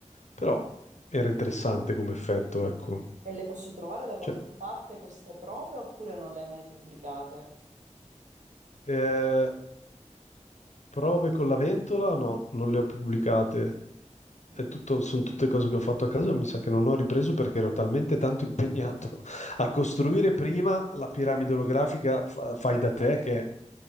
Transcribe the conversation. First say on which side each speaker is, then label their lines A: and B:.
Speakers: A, on the left (about 70°); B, on the right (about 75°).
A: Però era interessante come effetto, ecco.
B: E le posso trovare da qualche
A: Cioè,
B: parte queste prove oppure non le hai mai pubblicate?
A: eh, prove con la ventola? No, non le ho più pubblicate.
B: Mm,
A: è tutto- sono tutte cose che ho fatto a casa, mi sa che non ho ripreso perché ero talmente tanto impegnato <laughs> a costruire prima la piramide olografica fa- fai da te che